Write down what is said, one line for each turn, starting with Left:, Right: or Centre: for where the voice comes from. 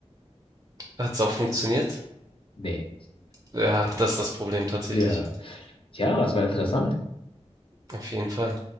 Right: Hat's auch funktioniert?
Left: Nee.
Right: Ja, das ist das Problem tatsächlich.
Left: Ja, ja, das war interessant.
Right: Auf jeden Fall.